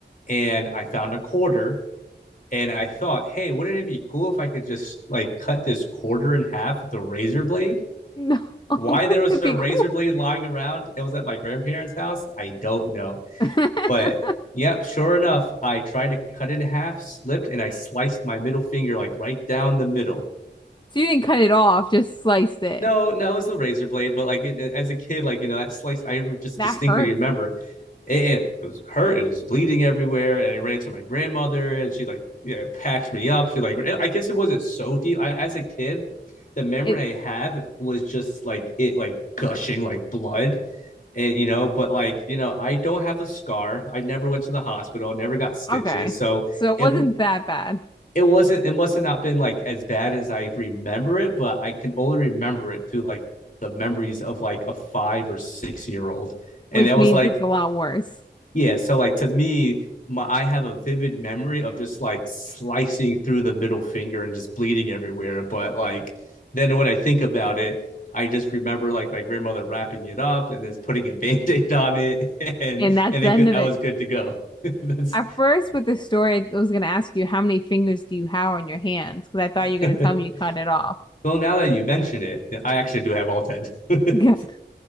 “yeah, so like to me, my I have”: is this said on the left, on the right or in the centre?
Left